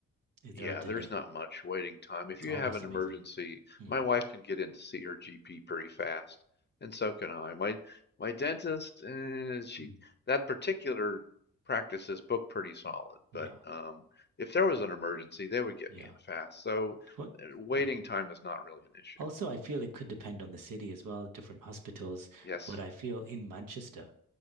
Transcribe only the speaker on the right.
is
there a delay?
Oh,
that's
amazing.
Mm,
mm.
Yeah,
yeah.
What?
Mm.
Also, I feel it could depend on the city as well, different hospitals,
but I feel in Manchester,